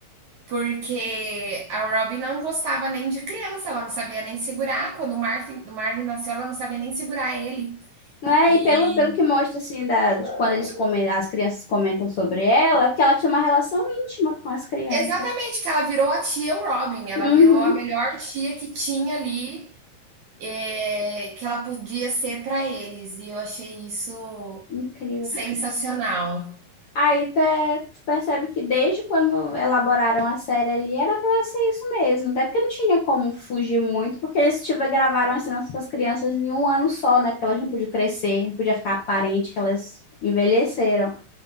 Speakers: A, on the right (about 70°); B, on the left (about 60°).
A: Porque a Robin não gostava nem de criança, ela não sabia nem segurar. Quando o Marvin, o Marvin nasceu, ela não sabia nem segurar ele.
B: Não é?
A: E
B: E pelo, pelo que mostra, assim, da, de quando eles comem as crianças comentam sobre ela, que ela tinha uma relação íntima com as crianças.
A: exatamente, que ela virou a tia Robin, ela
B: Uhum,
A: virou a melhor tia que tinha ali, eh, que ela podia ser para eles. E eu achei isso
B: incrível.
A: sensacional.
B: Aí até tu percebe que desde quando elaboraram a série ali, era pra ela ser isso mesmo. Até porque não tinha como fugir muito, porque eles tiveram, gravaram as cenas com as crianças em um ano só, né? Porque elas não podiam crescer, não podia ficar aparente que elas envelheceram.